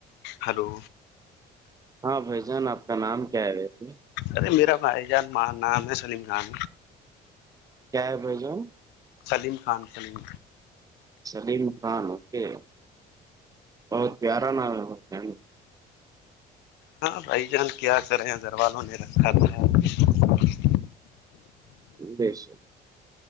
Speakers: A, on the left; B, on the right.
A: ہلو
B: ہاں بھائی جان آپ کا نام کیا ہے ویسے
A: ارے میرا بھائی جان ماں نام ہے سلیم خان
B: کیا ہے بھ جن
A: سلیم خان سلیم
B: سلیم خان اوکے بہت پیارا ناول ہوتے ہیں
A: ہاں بھائی جان کیا کرے ہیں گھر وال والوں نے رکھا تھا
B: بس